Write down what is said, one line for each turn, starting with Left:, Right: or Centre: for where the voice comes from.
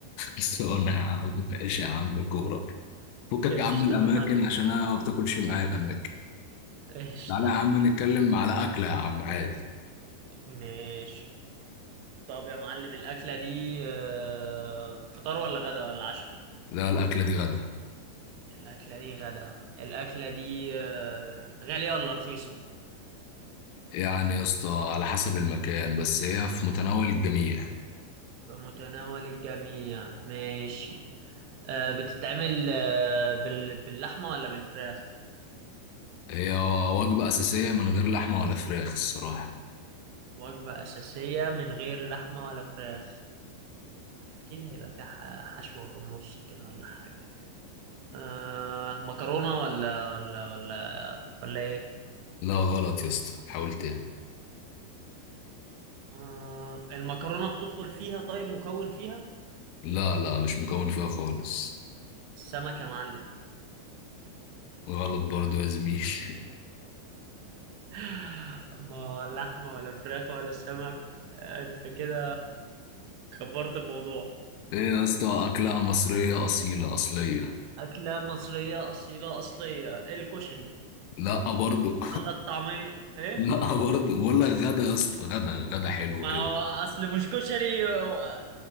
Left: بس أنا يا عم إيش يا عم الجغرافيا فكك
Right: <laughs> قشطة
Left: يا عم الأماكن
Right: يا معلم
Left: عشان أنا ما بتاكلش معايا الأماكن
Right: قشطة
Left: تعالى يا عم نتكلم على أكلة يا عم عادي
Right: ماشي طب يا معلم الأكلة دي آه، فطار ولا غدا ولا عشاء؟
Left: لا الأكلة دي غدا
Right: الأكلة دي غدا الأكلة دي آه، غالية ولا رخيصة؟
Left: يعني يا اسطى على حسب المكان بس هي في متناول الجميع
Right: بمتناول الجميع ماشي آه، بتتعمل آه، بال- باللحمة ولا بالفراخ؟
Left: هي وجبة أساسية من غير لحمة ولا فراخ الصراحة
Right: وجبة أساسية من غير لحمة ولا فراخ أكيد هيبقى فيها ح- حشوة في النص كده ولا حاجة أه مكرونة ولا ولا ولا ولا إيه؟
Left: لا غلط يا اسطى حاول تاني
Right: أه المكرونة بتدخل فيها طيب مكون فيها
Left: لا لا مش مكون فيها خالص
Right: السمك يا معلم
Left: غلط برضو يا زميل <laughs>
Right: <gasps> ما لحمة ولا فراخ ولا سمك انت كده كبرت الموضوع
Left: ايه يا اسطى أكلة مصرية أصيلة أصلية
Right: أكلة مصرية أصيلة أصلية الكشري
Left: لا برضو
Right: ولا الطعمية إيه؟
Left: لا برضو بقول لك غدا يا اسطى غدا غدا حلو
Right: ما
Left: كده
Right: هو أصل مش كشري هو